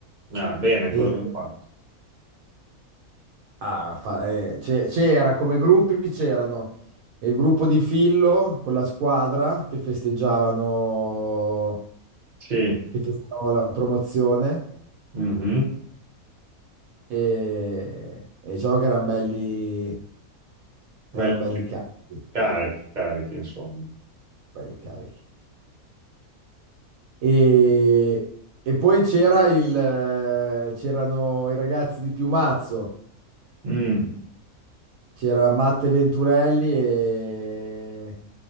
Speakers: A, on the right; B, on the right.
A: Ah, bene, cosa
B: E-
A: hanno fatto?
B: ah, fa- eh, c'è- c'era, come gruppi c'erano il gruppo di Fillo con la squadra che festeggiavano,
A: Sì,
B: che festeggiavano la promozione
A: mhm.
B: e, e diciamo che erano belli Erano
A: Belli
B: belli carichi,
A: carichi, carichi, insomma.
B: belli carichi. E, e poi c'era il, eh, c'erano i ragazzi di Piumazzo,
A: Mm.
B: c'era Matte Venturelli e,